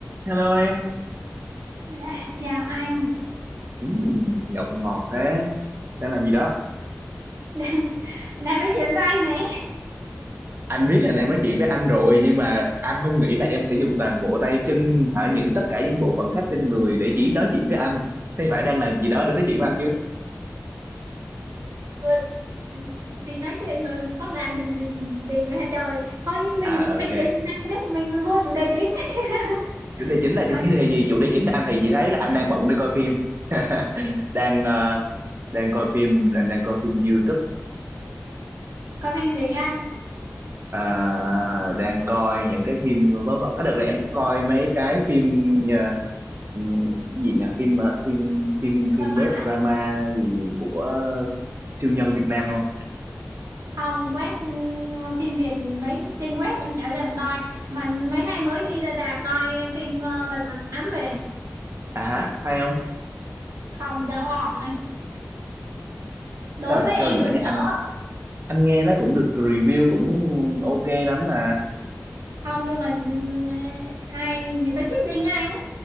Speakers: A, on the right; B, on the right.
A: Hello em,
B: Dạ, chào anh
A: ừ, giọng ngọt thế, đang làm gì đó?
B: đang đang nói chuyện với anh nè
A: Anh biết là đang nói chuyện với anh rồi nhưng mà anh không nghĩ là em sẽ dùng toàn bộ tay chân hả những tất cả những bộ phận khác trên người để chỉ nói chuyện với anh. Thế phải đang làm gì đó để nói chuyện với anh chứ?
B: Vừa- thì nói chuyện rồi có làm được gì, gì nữa hả trời thôi mình
A: À ok,
B: phải chuyển chủ đề đấy mình vô chủ đề chính <laughs>
A: chủ đề chính là chủ
B: Vậy.
A: đề gì? Chủ đề chính là anh thì chỉ thấy là anh đang bận để coi phim, <laughs> đang ờ, đang coi phim, đang đang coi phim YouTube,
B: có phim gì anh
A: ờ, đang coi những cái phim vớ vẩn. Ở đợt này em có coi mấy cái phim ờ, ừ, gì nhỉ phim ờ, phim phim
B: lật
A: phim
B: mặt
A: web
B: á
A: drama gì của siêu nhân Việt Nam không
B: không web ừm, phim Việt mấy trên web mình chả dần coi mà mấy nay mới đi ra rạp coi phim ờ, lật mặt tám về
A: à hả hay không
B: không dở ỏm anh đối
A: sao
B: với
A: sao
B: em
A: dở
B: là
A: nhà
B: dở
A: anh anh nghe nó cũng được review cũng ok lắm mà
B: không nhưng mà ừ, ai người ta xích đinh á anh